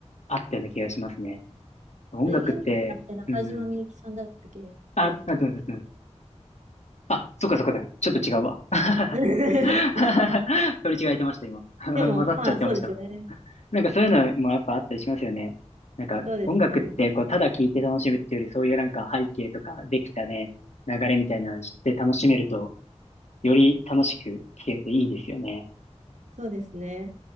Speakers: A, on the left; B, on the right.
A: あったような気がしますね。音楽って、
B: あれ、ユーミンじゃなくて中島みゆきさんだったっけファイト。
A: うん。あ、あ、どうぞどうぞあ、そっかそっかそっか。ちょっと違うわ。<laughs>
B: <laughs>
A: 取り違えてました、今。<laughs>
B: でも、
A: 混ざっちゃってました。
B: まあ、そうですよね。
A: なんかそういうのもやっぱあったりしますよね。なんか音楽ってこうただ聴いて楽しむっていうよりそういうなんか背景とかできたね、
B: そうですね。
A: 流れみたいなの知って楽しめるとより楽しく聴けていいですよね。
B: そうですね。